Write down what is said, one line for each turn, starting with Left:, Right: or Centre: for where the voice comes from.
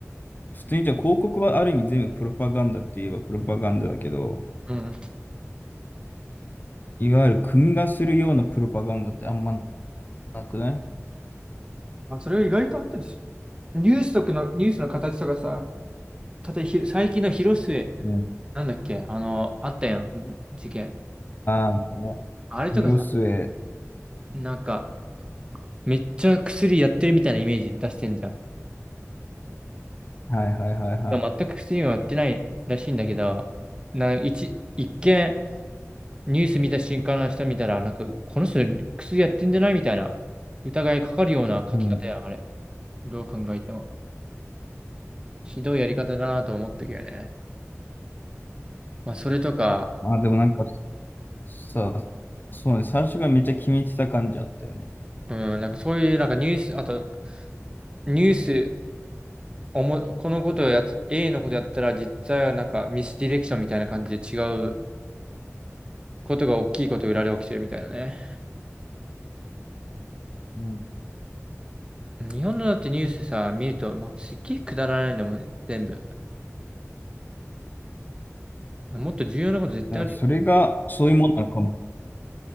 Left: 普通にじゃあ広告はある意味全部プロパガンダって言えばプロパガンダだけど、
Right: の。うん。
Left: いわゆる国がするようなプロパガンダってあんまなくない
Right: まあ、それが意外とあったりする。ニュースとかの、ニュースの形とかさ、例えばひ、最近の広末
Left: うん。
Right: なんだっけ、あの、あったやん、事件。
Left: ああ、これ
Right: あれとかさ、
Left: 広末。
Right: なんか、めっちゃ薬やってるみたいなイメージ出してんじゃん。
Left: はいはいはいはい。
Right: でも全く薬はやってないらしいんだけど、な、一、一見、ニュース見た瞬間の人見たら、なんか、この人薬やってんじゃないみたいな、疑いかかるような書き方やん、
Left: うん
Right: あれ。どう考えても。ひどいやり方だなと思ったけどね。まあ、それとか、
Left: まあでもなんかさ、そうね、最初がめっちゃ決めてた感じあったよね。
Right: うん、なんかそういう、なんかニュース、あと、ニュース、おも、このことをやつ、A のことやったら実際はなんかミスディレクションみたいな感じで違うことが大きいこと裏で起きてるみたいなね。
Left: うん。
Right: 日本のだってニュースさ、見ると、まあ、すっげえくだらないんだもん、全部。もっと重要なこと絶対あるよ。
Left: だからそれが、そういうものなのかも。だ